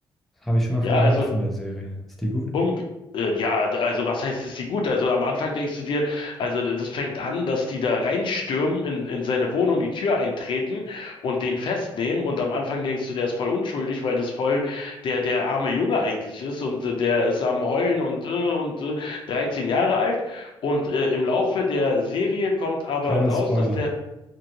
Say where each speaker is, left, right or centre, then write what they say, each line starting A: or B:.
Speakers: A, in the centre; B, on the left.
A: Habe ich schon mal
B: Ja,
A: von gehört
B: also
A: von der Serie. Ist die gut?
B: Um, äh, ja, also was heißt es die gut? Also am Anfang denkst du dir, also das fängt an, dass die da reinstürmen, in, in seine Wohnung die Tür eintreten und den festnehmen. Und am Anfang denkst du, der ist voll unschuldig, weil das voll der, der arme Junge eigentlich ist und äh, der ist am Heulen und, äh, und äh, 13 Jahre alt. Und äh, im Laufe der Serie kommt aber
A: Keine
B: raus,
A: Spoiler.
B: dass der